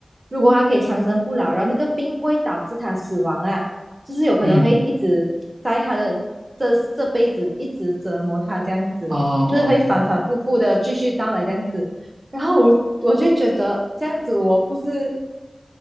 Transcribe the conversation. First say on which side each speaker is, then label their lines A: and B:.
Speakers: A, on the right; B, on the right.
A: 如果他可以长生不老，然后那个病不会导致他死亡啊，就是有可能会一直在他的这这辈子一直折磨他这样子，
B: 嗯，哦哦哦，
A: 就是会反反复复的继续到来这样子。然后我我就觉得这样子我不是